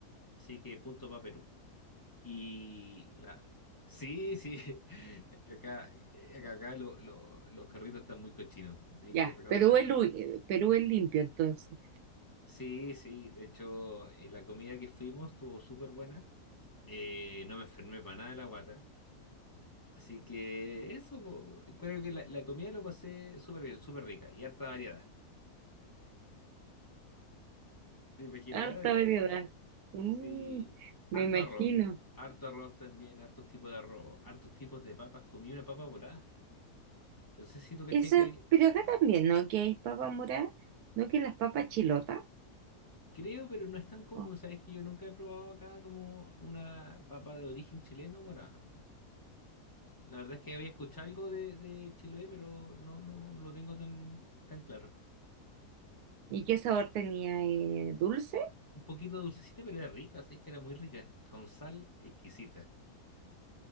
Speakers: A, on the left; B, on the right.
A: Así que punto para Perú. Y la Sí, sí, <laughs> que acá, eh, que acá lo- lo- los carritos están muy cochinos, tenéis
B: Ya,
A: que reconocerlo.
B: Perú es, lu- Perú es limpio entonces.
A: Sí, sí, de hecho, eh, la comida que fuimos estuvo súper buena. Eh, no me enfermé para nada de la guata. Así que eso, po, creo que la, la comida lo pasé súper bien, súper rica y harta variada. ¿Te imaginarás
B: Harta
A: eso,
B: variedad.
A: no?
B: Mm,
A: Sí,
B: me
A: harto
B: imagino.
A: arroz, harto arroz también, hartos tipos de arroz, hartos tipos de papas. Comí una papa morada. No sé si tú cachai
B: Eso,
A: que hay,
B: pero acá también, ¿no? Que hay papa morada, ¿no? Que las papas chilotas.
A: creo, pero no es tan común,
B: Oh.
A: sabes que yo nunca he probado acá como una papa de origen chileno morada. La verdad es que había escuchado algo de, de Chiloé, pero no, no, no lo tengo tan, tan claro.
B: ¿Y qué sabor tenía? eh, ¿dulce?
A: Un poquito dulcecita, pero era rica, sí, que era muy rica. Con sal exquisita.